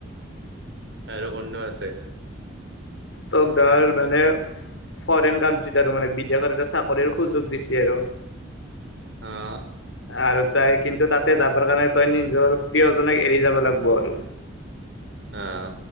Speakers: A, on the right; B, on the left.
A: আৰু কোননো আছে।
B: তোক ধৰ মানে। ফৰেইন কাণ্ট্ৰিত আৰু মানে বিদেশত এটা চাকৰিৰ সুযোগ দিছে আৰু
A: অহঁ
B: আৰু তাই কিন্তু তাতে যাবৰ কাৰণে তই নিজৰ প্ৰিয়জনক এৰি যাব লাগিব আৰু।
A: অ'হ